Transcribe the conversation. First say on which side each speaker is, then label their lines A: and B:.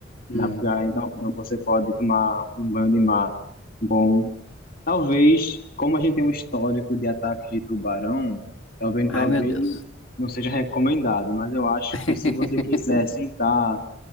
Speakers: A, on the left (about 85°); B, on the left (about 45°).
A: hum.
B: da praia, então, então você pode tomar um banho de mar bom. Talvez, como a gente tem um histórico de ataques de tubarão, talvez,
A: Ai,
B: talvez
A: meu Deus.
B: não seja recomendado, mas eu acho
A: <laughs>
B: que se você quiser sentar